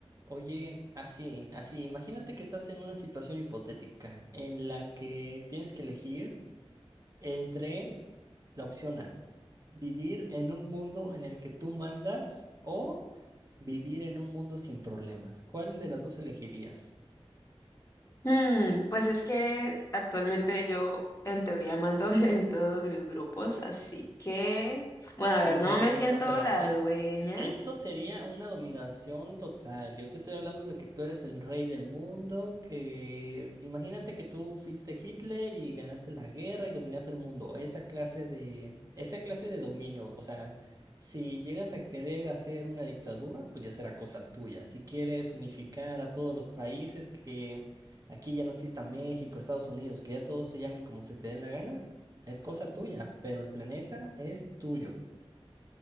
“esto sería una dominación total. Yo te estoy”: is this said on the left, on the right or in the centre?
Right